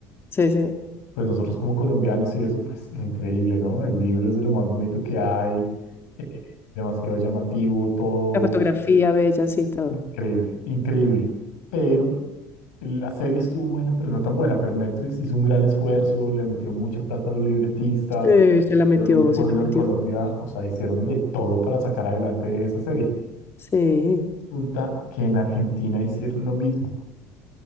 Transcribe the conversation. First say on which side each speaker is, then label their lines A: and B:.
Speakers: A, on the left; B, on the left.
A: Sí, sí.
B: Pues nosotros como colombianos y eso, pues increíble, ¿no? El libro es de lo más bonito que hay, eh, demasiado llamativo, todo
A: La fotografía bella, sí, todo.
B: Increíble, increíble. Pero la serie estuvo buena, pero no tan buena. Pero Netflix hizo un gran esfuerzo, le metió mucha plata a los libretistas,
A: Sí, se la metió,
B: un pueblo
A: se la metió.
B: en Colombia, o sea, hicieron de todo para sacar adelante esa serie.
A: Sí,
B: Resulta que en Argentina hicieron lo mismo.